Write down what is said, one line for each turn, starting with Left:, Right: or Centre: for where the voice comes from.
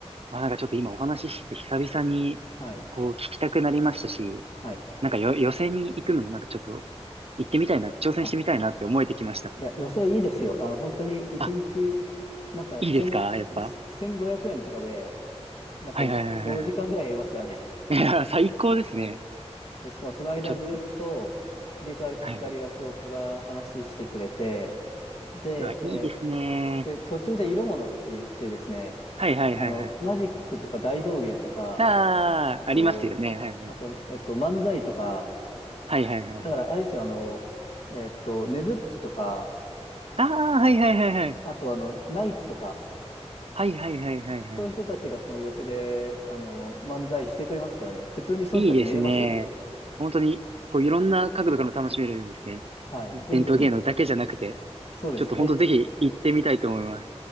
Right: まあなんかちょっと今お話ししてて久々に
Left: はい。
Right: こう聞きたくなりましたし、
Left: はい。
Right: なんかよ予選に行くのもなんかちょっと行ってみたいな、挑戦してみたいなって思えてきました。
Left: あ、いや、寄席いいですよ。あの、本当に1日、
Right: あ、
Left: なんか、
Right: いいですかやっぱ。
Left: 千、1500円とかで、なんか5時間ぐらいやりますからね。
Right: はいはいはいはい。いやー、<laughs> 最高ですね。
Left: <laughs> で、しかもその間ずっと、
Right: ちょっと、
Left: 入れ替わり立ち替わり落語家が話してくれて、
Right: はいはい。
Left: で、
Right: うわ、いいですね。
Left: えーで、途中で色物って言ってですね、
Right: はいはいはいはい。
Left: あの、マジックとか大道芸とか、
Right: あー、
Left: あと、
Right: ありますよね。はいはい。
Left: あと、えっと、漫才とか、
Right: はいはいはいはい。
Left: だからあれですよ、あの、えっと、ねづっちとか、
Right: あー、はいはいはいはい。
Left: あとあの、ナイツとか、
Right: はいはいはいはいはい。
Left: そういう人たちがその寄席で、あの、漫才してくれますからね、普通にその人たち見れますよ。
Right: いいですね。本当に、こういろんな角度からも楽しめるんですね。
Left: はい。ぜひぜひ、
Right: 伝統芸能だけじゃなくて、
Left: そうです。
Right: ちょっと本当ぜひ行ってみたいと思います。
Left: ぜひ